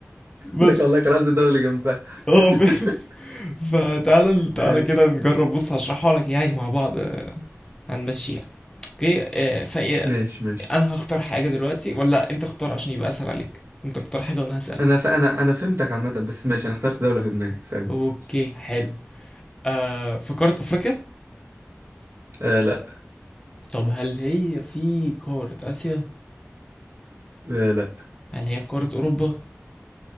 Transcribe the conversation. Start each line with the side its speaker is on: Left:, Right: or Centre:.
Left: بس
Right: لك والله كان قصدي الدولة اللي جنبها
Left: اه فاهم
Right: <laughs>
Left: <laughs> فتعالى تعالى
Right: ماشي
Left: كده نجرب بص هشرحها لك يعني مع بعض آه، هنمشيها اوكي آه، فايه
Right: ماشي ماشي
Left: انا هختار حاجة دلوقتي ولا انت اختار عشان يبقى اسهل عليك انت اختار حاجة وانا هسألك
Right: انا ف... انا انا فهمتك عامة بس ماشي انا اخترت دولة في دماغي ثانية
Left: اوكي حلو آه في قارة أفريقيا
Right: آه لا
Left: طب هل هي في قارة آسيا
Right: آه لا
Left: هل هي في قارة أوروبا